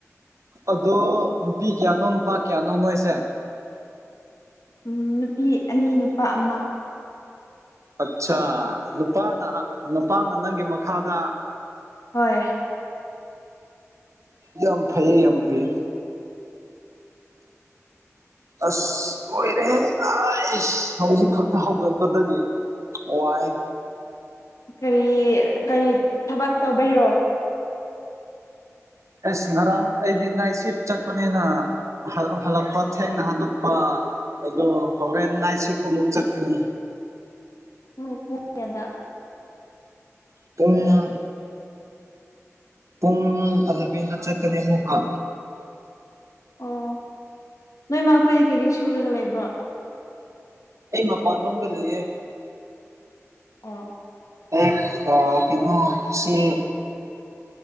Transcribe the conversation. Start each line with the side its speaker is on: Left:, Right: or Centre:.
Right: ꯑꯗꯣ ꯅꯨꯄꯤ ꯀꯌꯥꯅꯣ ꯅꯨꯄꯥ ꯀꯌꯥꯅꯣꯅꯣ ꯑꯩꯁꯦ
Left: ꯎ ꯅꯨꯄꯤ ꯑꯅꯤ ꯅꯨꯄꯥ ꯑꯃ
Right: ꯑꯆꯥꯥ ꯅꯨꯄꯥꯅ ꯅꯨꯄꯥꯅ ꯅꯪꯒꯤ ꯃꯈꯥꯗ
Left: ꯍꯣꯏ
Right: ꯌꯥꯝꯝ ꯐꯩꯌꯦ ꯌꯥꯝꯝ ꯐꯩꯌꯦ ꯑꯁ ꯂꯣꯏꯔꯦ ꯑꯩꯁ ꯍꯧꯖꯤꯛ ꯈꯛꯇ ꯍꯧꯒꯠꯄꯗꯒꯤ ꯋꯥꯏ
Left: ꯀꯔꯤ ꯀꯔꯤ ꯊꯕꯛ ꯇꯧꯕꯩꯔꯣ
Right: ꯑꯁ ꯉꯔꯥꯡ ꯑꯩꯗꯤ ꯅꯥꯏ ꯁꯤꯐ ꯆꯠꯄꯅꯤꯅ ꯍꯜꯂꯛꯄ ꯊꯦꯡꯅ ꯍꯜꯂꯛꯄ ꯑꯗꯣ ꯍꯣꯔꯦꯟ ꯅꯥꯏꯁꯤꯕꯨ ꯑꯃꯨꯛ ꯆꯠꯀꯅꯤ
Left: ꯎ ꯄꯗ
Right: ꯄꯨꯡꯨꯡ ꯄꯨꯡ ꯑꯂꯕꯅ ꯆꯀꯩꯅ ꯃꯨꯀ
Left: ꯑꯣ ꯅꯣꯏꯃꯈꯣꯏꯗꯤ ꯀꯔꯤ ꯁꯨꯔꯒ ꯂꯩꯕ꯭ꯔꯣ
Right: ꯑꯩ ꯃꯄꯥꯟ ꯂꯣꯝꯗ ꯂꯩꯌꯦꯦ
Left: ꯑꯣ
Right: <unintelligible> ꯏꯆꯦ